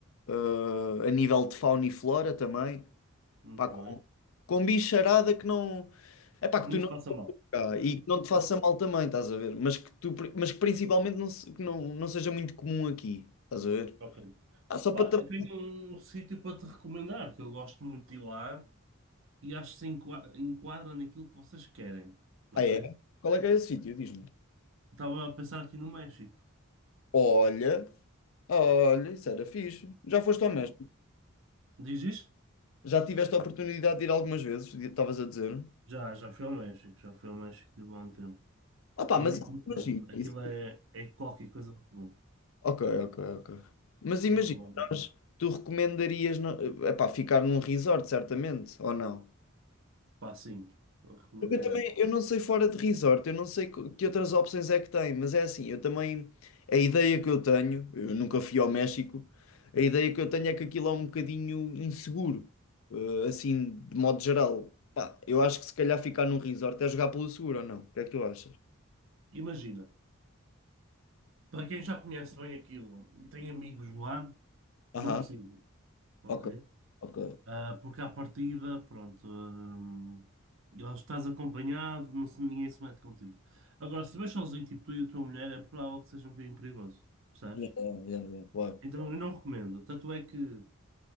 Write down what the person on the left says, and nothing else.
eh, a nível de fauna e flora também,
pá, com,
com bicharada que não, é pá, que
tu
não
cá e que não te faça mal também, estás a ver? Mas que tu, pri- mas que principalmente não, se- que não, não seja muito comum aqui, estás a ver?
Ah, só
para também.
Ah, é? Qual é que é esse sítio? Diz-me.
Olha, olha, isso era fixe. Já foste
ao mesmo?
Já tiveste a oportunidade de ir algumas vezes, estavas a dizer?
Ah pá,
mas
isso-
imagina,
isso
Ok, ok, ok. Mas imagina,
nós, tu recomendarias, no- epá, ficar num resort, certamente, ou não?
Porque eu também, eu não sei fora de resort, eu não sei co- que outras opções é que tem, mas é assim, eu também, a ideia que eu tenho, eu nunca fui ao México, a ideia que eu tenho é que aquilo é um bocadinho inseguro, eh, assim, de modo geral. Pá, eu acho que se calhar ficar num resort é jogar pelo seguro, ou não? O que é que tu achas?
Aham,
ok, ok.
Yeah, yeah, yeah, yeah, claro.